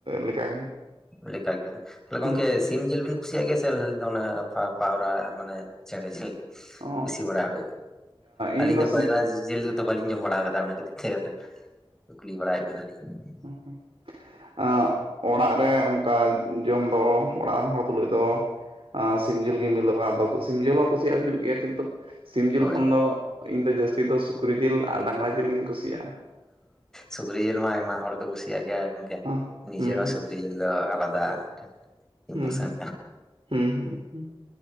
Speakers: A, on the right; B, in the centre.
A: ᱞᱮᱠᱟᱜᱮ
B: ᱞᱮᱠᱟᱜᱮ ᱛᱟᱦᱚᱞᱮ ᱜᱚᱝᱠᱮ
A: ᱦᱮᱸ
B: ᱥᱤ ᱥᱤᱢ ᱡᱮᱞ ᱵᱤᱱ ᱠᱩᱥᱤᱭᱟᱜ ᱜᱮᱭᱟ ᱥᱮ ᱚᱱᱟ ᱯᱟᱣᱨᱟ ᱢᱟᱱᱮ ᱪᱮᱬᱮ ᱡᱷᱤᱞ?
A: ᱚ
B: ᱠᱩᱥᱤ ᱵᱟᱲᱟ ᱦᱩᱭᱩᱜᱼᱟ ᱟᱹᱞᱤᱧ
A: ᱤᱧ
B: ᱫᱚ
A: ᱥᱤᱢ
B: ᱯᱟᱭᱨᱟ ᱡᱤᱞ ᱛᱚ ᱵᱟᱹᱞᱤᱧ ᱡᱚᱢ ᱵᱟᱲᱟ ᱟᱠᱟᱫᱟ ᱚᱱᱟ ᱤᱪᱷᱟᱹ ᱠᱟᱛᱮ ᱠᱩ ᱠᱩᱞᱞᱤ ᱵᱟᱲᱟᱭᱮᱫ ᱵᱮᱱᱟᱞᱤᱧ ᱾
A: ᱦᱩᱸ ᱦᱩᱸ ᱾ ᱚᱸ ᱚᱲᱟᱜ ᱨᱮ ᱚᱱᱠᱟ ᱡᱚᱢ ᱫᱚ ᱚᱲᱟᱜ ᱨᱮᱱ ᱦᱚᱲ ᱛᱩᱞᱩᱡ ᱫᱚ ᱥᱤᱢ ᱡᱤᱞ ᱜᱮ ᱢᱤᱞᱟᱹᱜᱼᱟ ᱟᱫᱚ ᱥᱤᱢ ᱡᱤᱞ ᱦᱚᱸ ᱠᱩᱥᱤᱭᱟᱜ ᱦᱩᱭᱩᱜ ᱜᱮᱭᱟ ᱠᱤᱱᱛᱩ ᱥᱤᱢ ᱡᱤᱞ
B: ᱦᱳᱭ
A: ᱠᱷᱚᱱ ᱫᱚ ᱤᱧ ᱫᱚ ᱡᱟᱹᱥᱛᱤ ᱫᱚ ᱥᱩᱠᱨᱤ ᱡᱤᱞ ᱟᱨ ᱰᱟᱺᱝᱨᱟ ᱡᱤᱞᱤᱧ ᱠᱩᱥᱤᱭᱟᱜᱼᱟ᱾
B: ᱥᱩᱠᱨᱤ ᱡᱤᱞ ᱢᱟ ᱟᱭᱢᱟ ᱦᱚᱲ ᱠᱚ ᱠᱩᱥᱤᱭᱟᱜ ᱜᱮᱭᱟ ᱜᱚᱢᱠᱮ
A: ᱦᱮᱸ
B: ᱱᱤᱡᱮ
A: ᱦᱩᱸ
B: ᱦᱚᱸ ᱥᱩᱠᱨᱤ ᱡᱤᱞ ᱫᱚ ᱟᱞᱟᱫᱟ <unintelligible> ᱤᱢᱳᱥᱮᱱ
A: ᱦᱩᱸ ᱦᱩᱸ ᱦᱩᱸ ᱦᱩᱸ ᱦᱩᱸ ᱾